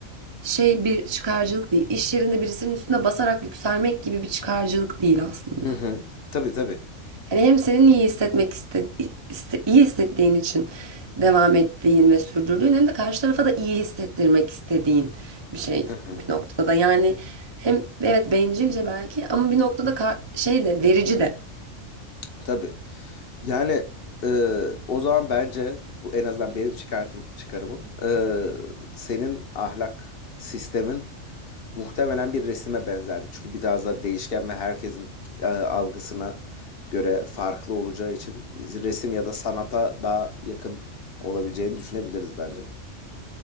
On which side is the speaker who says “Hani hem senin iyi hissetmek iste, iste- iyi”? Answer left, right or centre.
Right